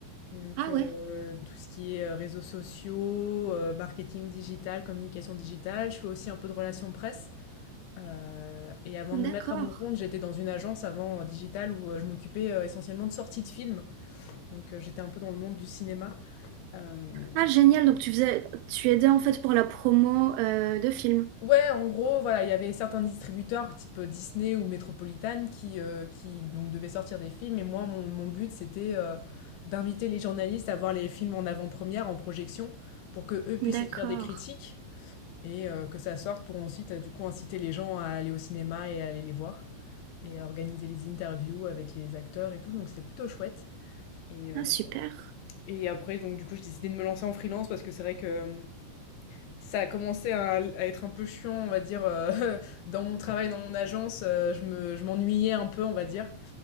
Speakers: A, on the left (about 75°); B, on the right (about 80°).
A: Donc
B: Ah
A: euh,
B: ouais,
A: tout ce qui est euh, réseaux sociaux, euh, marketing digital, communication digitale. Je fais aussi un peu de relations presse. Euh, et avant
B: d'accord.
A: de me mettre à mon compte, j'étais dans une agence avant euh, digitale où euh, je m'occupais euh, essentiellement de sorties de films. Donc euh, j'étais un peu dans le monde du cinéma. Euh,
B: Ah, génial. Donc, tu faisais, tu aidais en fait pour la promo euh, de films.
A: ouais, en gros, voilà, il y avait certains distributeurs type euh, Disney ou Metropolitan qui, euh, qui donc devaient sortir des films. Et moi, mon, mon but, c'était euh, d'inviter les journalistes à voir les films en avant-première, en projection, pour que eux puissent
B: D'accord.
A: écrire des critiques. et euh, que ça sorte pour ensuite euh, du coup inciter les gens à aller au cinéma et à aller les voir et à organiser les interviews avec les acteurs et tout. Donc c'était plutôt chouette. Et, euh,
B: Ah, super.
A: et après, donc du coup, j'ai décidé de me lancer en freelance parce que c'est vrai que euh, ça a commencé à, à être un peu chiant, on va dire, euh, <laughs> dans mon travail, dans mon agence, euh, je me, je m'ennuyais un peu, on va dire.